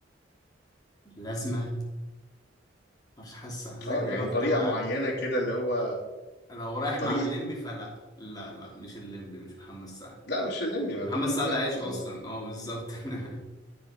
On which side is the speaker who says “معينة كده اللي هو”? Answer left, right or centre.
Left